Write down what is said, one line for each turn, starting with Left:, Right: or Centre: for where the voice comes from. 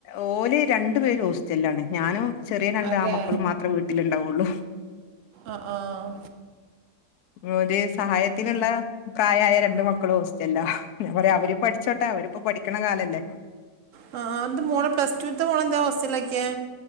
Left: ഓല് രണ്ടു പേരും ഹോസ്റ്റലിലാണ് ഞാനും ചെറിയ രണ്ട്
Right: അതെ
Left: ആൺമക്കളും മാത്രം വീട്ട ട്ടിൽ ഉണ്ടാവുള്ളൂ
Right: ആഹ് ആഹ്
Left: ഒരു സഹായത്തിനുള്ള പ്രായായ രണ്ട് മക്കളും ഹോസ് ചല്ലോ ഞാപറയാ അവര് പഠിച്ചോട്ടെ അവരിപ്പപഠിക്കണ കാലല്ലേ
Right: അഹ് ആഹ് എന്താ മോളെ പ്ലസ്ടുത്തെ മോളന്താ ഹോസ്റ്റലാക്കിയെ